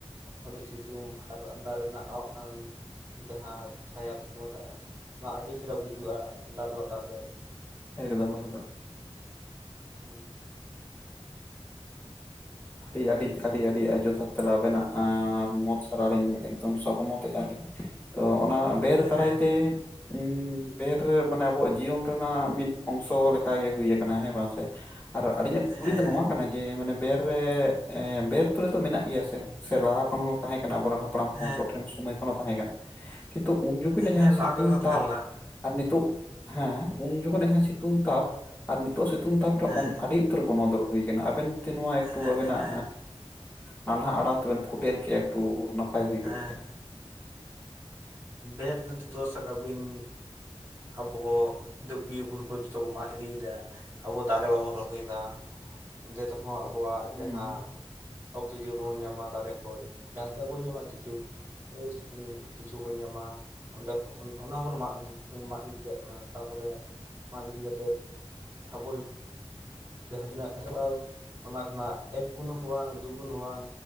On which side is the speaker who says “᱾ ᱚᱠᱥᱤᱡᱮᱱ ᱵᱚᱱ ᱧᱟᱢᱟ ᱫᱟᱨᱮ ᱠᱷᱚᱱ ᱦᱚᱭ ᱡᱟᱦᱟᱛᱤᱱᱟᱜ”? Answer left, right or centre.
Right